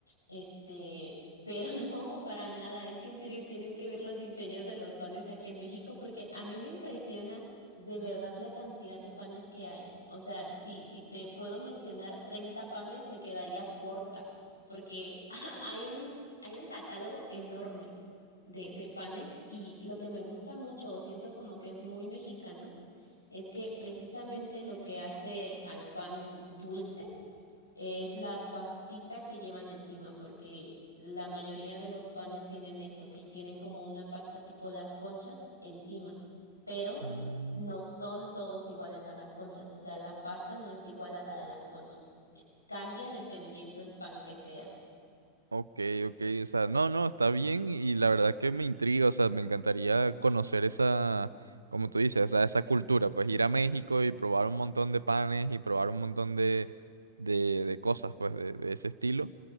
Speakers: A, on the left; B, on the right.
A: Este, pero <laughs> no, para nada. Es que en serio tienes que ver los diseños de los panes aquí en México porque a mí me impresiona de verdad la cantidad de panes que hay. O sea, si, si te puedo mencionar 30 panes, me quedaría corta porque <laughs> hay un, hay un catálogo enorme de, de panes y lo que me gusta mucho o siento como que es muy mexicano es que precisamente lo que hace al pan dulce es la pastita que llevan encima, porque la mayoría de los panes tienen eso, que tienen como una pasta tipo las conchas encima, pero
B: Mm.
A: no son todos iguales a las conchas, o sea, la pasta no es igual a la de las conchas. eh, Cambia dependiendo el pan que sea.
B: Ok, ok, o sea, no, no, está bien y la verdad que me intriga, o sea, me encantaría conocer esa, como tú dices, o sea, esa cultura, pues ir a México y probar un montón de panes y probar un montón de, de, de cosas, pues, de, de ese estilo.